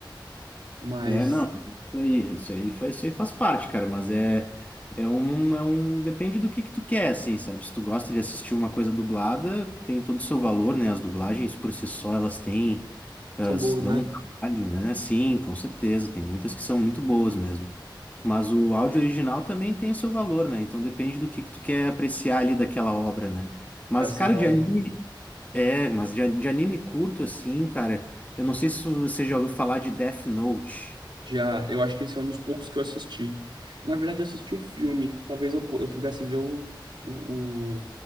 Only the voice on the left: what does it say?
É, não, isso aí, isso aí faz, isso aí faz parte, cara, mas é, é um, é um, depende do que que tu quer, assim, sabe? Se tu gosta de assistir uma coisa dublada, tem todo o seu valor, né? As dublagens por si só, elas têm, elas
dão
um trabalho, né? Sim, com certeza, tem muitas que são muito boas mesmo. Mas o áudio original também tem o seu valor, né? Então depende do que que tu quer apreciar ali daquela obra, né? Mas,
cara,
de anime, é, mas de, de anime curto, assim, cara, eu não sei se você já ouviu falar de Death Note.